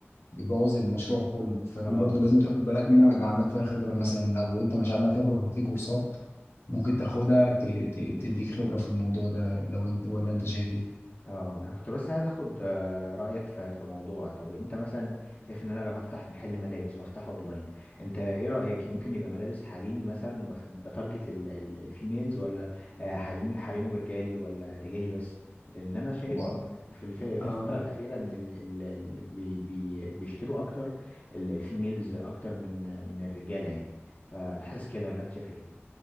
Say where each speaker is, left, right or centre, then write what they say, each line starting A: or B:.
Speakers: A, on the left; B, on the left.
A: بيبوظ المشروع كله فدي
B: اه
A: برضو لازم تاخد بالك منها ويبقى عندك فيها خبرة مثلا لو أنت مش عندك خبرة ففي كورسات ممكن تاخدها ت... ت... تديك خبرة في الموضوع ده لو أنت ولا أنت شايف إيه؟
B: اه انا كنت بس عايز اخد آه، رايك في في موضوع طب انت مثلا شايف ان انا لو هفتح محل ملابس وافتحه اونلاين انت ايه رايك ممكن يبقى ملابس حريمي مثلا بس بتارجت ال- ال- الفيميلز ولا آه، حريمي حريمي ورجالي ولا رجالي بس ان انا شايف
A: و-
B: م- في الف- في
A: آه.
B: الفتره الاخيره ان ال- ال- اللي بي- بي- بيشتروا اكتر ال- الفيميلز اكتر من من الرجاله يعني فانا حاسس كده ولا انت شايف ايه